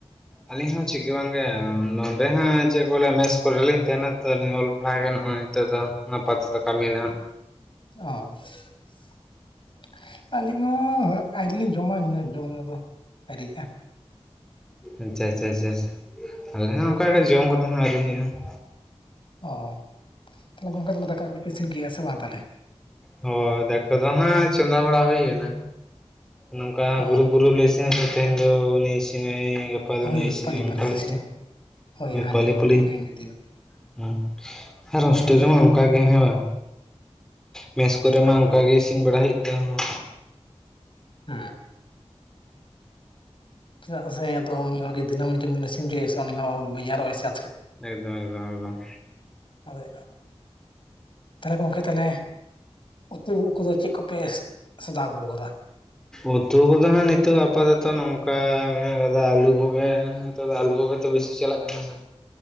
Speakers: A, in the centre; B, on the left.
A: ᱟᱹᱞᱤᱧ ᱦᱚᱸ ᱪᱤᱠ ᱜᱮ ᱵᱟᱝᱜᱮ ᱱᱚᱸᱰᱮ ᱦᱚᱸ ᱪᱮᱫ ᱠᱚ ᱵᱚᱞᱮ ᱢᱮ ᱠᱩᱞ ᱨᱮᱞᱤᱧ ᱛᱟᱦᱮᱱᱟ ᱛᱚᱧ ᱚᱞ ᱯᱟᱲᱦᱟᱜ ᱜᱮ ᱱᱚᱜᱼᱚᱭ ᱛᱮ ᱫᱚ ᱟᱯᱟ ᱛᱮᱫᱚ ᱠᱟᱹᱢᱤᱟ ᱫᱟᱜ ᱦᱟᱸᱜ
B: <unintelligible> ᱟᱹᱞᱤᱧ ᱦᱚᱸ ᱟᱹᱣᱨᱤ ᱞᱤᱧ ᱡᱚᱢᱟ ᱡᱚᱢ-ᱧᱩ ᱫᱚ <inaudible> ᱟᱹᱨᱤᱭᱟᱜ-ᱟ ᱾
A: ᱟᱪᱪᱟ ᱟᱪᱪᱟ ᱟᱪᱟ ᱟᱞᱮ ᱦᱚᱸ ᱚᱱᱠᱟᱜᱮ ᱡᱚᱢ ᱠᱚᱫᱚ ᱦᱟᱸᱜ ᱟᱹᱣᱨᱤ ᱦᱩᱭᱩᱜ-ᱟ᱾
B: ᱚ ᱛᱟᱦᱚᱞᱮ ᱜᱚᱝᱠᱮ ᱛᱟᱦᱚᱞᱮ ᱫᱟᱠᱟ ᱠᱩᱡᱯᱮ ᱤᱥᱤᱱ ᱠᱮᱫᱟ ᱥᱮ ᱵᱟᱝ ᱛᱟᱦᱚᱞᱮ?
A: ᱦᱚᱭ, ᱫᱟᱠᱟ ᱫᱚ ᱦᱟᱸᱜ ᱪᱚᱸᱫᱟ ᱵᱟᱲᱟ ᱦᱩᱭ ᱭᱮᱱᱟ ᱾ ᱱᱚᱝᱠᱟ
B: ᱚ
A: ᱜᱩᱨᱩᱯ ᱜᱩᱨᱩ ᱞᱮ ᱤᱥᱤᱱᱟᱭ ᱛᱤᱦᱤᱧ ᱫᱚ ᱩᱱᱤ ᱤᱥᱤᱱᱟᱭ ᱜᱟᱯ ᱯᱟ ᱫᱚ
B: ᱦᱳᱭ
A: ᱱᱩᱭ ᱤᱥᱤᱱᱮ
B: ᱯᱟᱞᱤ
A: ᱱᱩᱝᱠᱟ
B: ᱯᱟᱞᱤ
A: ᱞᱮ
B: ᱥᱤᱥᱴᱮᱢ
A: ᱤᱥᱤᱱ
B: ᱦᱳᱭ ᱦᱟᱹᱱᱤ
A: ᱯᱟᱹᱞᱤ
B: ᱢᱤᱫ
A: ᱯᱟᱹᱞᱤ
B: ᱫᱤᱱ ᱱᱩᱭ
A: <unintelligible>
B: ᱢᱤᱫ ᱫᱤᱱ
A: ᱟᱨ ᱦᱚᱥᱴᱮᱞ
B: ᱢᱤᱫ
A: ᱨᱮ
B: ᱫᱤᱱ
A: ᱢᱟ ᱚᱱᱠᱟ ᱜᱤ ᱦᱮᱸ ᱵᱟᱝ? ᱢᱮᱥ ᱠᱚᱨᱮ ᱢᱟ
B: ᱦᱳᱭ
A: ᱚᱱᱠᱟ ᱜᱤ ᱤᱥᱤᱱ ᱵᱟᱲᱟ ᱦᱩᱭᱩᱜ ᱛᱟᱢ ᱦᱟᱸᱜ᱾
B: ᱦᱮᱸ ᱪᱮᱫᱟᱜ ᱥᱮ ᱟᱫᱚ ᱢᱤᱫ ᱦᱚᱲᱜᱮ ᱫᱤᱱᱟᱹᱢ ᱡᱩᱫᱤ ᱵᱚᱱ ᱤᱥᱤᱱ ᱩᱪᱚᱮᱭᱟ ᱥᱮ ᱩᱱᱤ ᱦᱚᱸ ᱵᱮᱡᱟᱨᱚᱜᱟᱭ ᱥᱮ?
A: ᱮᱠᱫᱚᱢ ᱮᱠᱫᱚᱢ ᱮᱠᱫᱚᱢ
B: ᱦᱚᱭ <inaudible> ᱛᱟᱦᱚᱞᱮ ᱜᱚᱢᱠᱮ ᱛᱟᱦᱚᱞᱮ <inaudible> ᱩᱛᱩ ᱠᱩᱫᱚ ᱪᱮᱫ ᱠᱚᱯᱮ ᱥᱚᱫᱟ ᱟᱹᱜᱩᱣ ᱟᱠᱟᱫᱟ᱾
A: ᱩᱛᱩ ᱠᱚᱫᱚ ᱦᱟᱸᱜ ᱱᱤᱛᱚᱜ ᱟᱯᱟᱛᱚᱛᱚ ᱱᱚᱝᱠᱟ ᱢᱮᱱᱟᱜ ᱠᱟᱫᱟ ᱟᱞᱩ ᱠᱩᱜᱮ᱾ ᱛᱚᱵᱮ ᱟᱞᱩ ᱠᱚᱜᱮᱛᱚ ᱵᱮᱥᱤ ᱪᱟᱞᱟᱜ ᱠᱟᱱᱟ ᱥᱮ?